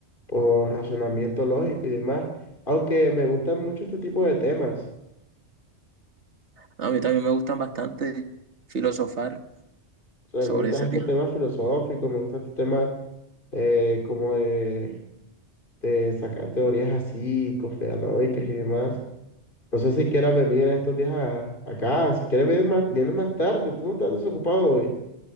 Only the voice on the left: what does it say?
por razonamiento lógico y demás, aunque me gustan mucho este tipo de temas,
o sea,
me gustan
estos
temas filosóficos, me gustan estos temas eh, como de de sacar teorías así, conspiranoicas y demás. No sé si quieras venir en estos días a- acá, si quieres venir más, vienes más tarde, tú no estás desocupado hoy.